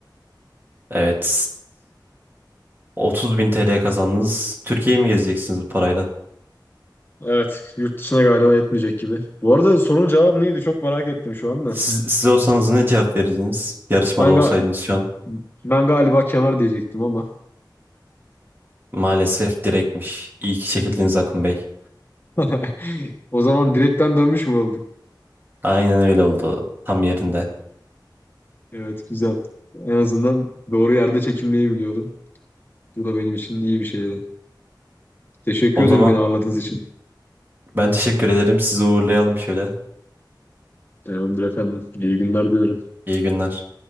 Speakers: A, on the right; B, on the left.
A: Evet. 30.000 TL kazandınız. Türkiye'yi mi gezeceksiniz bu parayla?
B: Evet, yurt dışına galiba yetmeyecek gibi. Bu arada sorunun cevabı neydi? Çok merak ettim şu anda.
A: Siz, siz olsanız ne cevap verirdiniz? Yarışmada
B: Ben
A: olsaydınız
B: ga-
A: şu an.
B: Ben galiba kemer diyecektim ama.
A: Maalesef direktmiş. İyi ki çekildiniz Akın Bey.
B: <laughs> O zaman direkten dönmüş mü olduk?
A: Aynen öyle oldu. Tam yerinde.
B: Evet, güzel. En azından doğru yerde çekilmeyi biliyordum. Bu da benim için iyi bir şeydi. Teşekkür
A: O
B: ederim
A: zaman
B: beni ağırladığınız için.
A: ben teşekkür ederim. Sizi uğurlayalım şöyle.
B: Tamamdır efendim. İyi günler diliyorum.
A: İyi günler.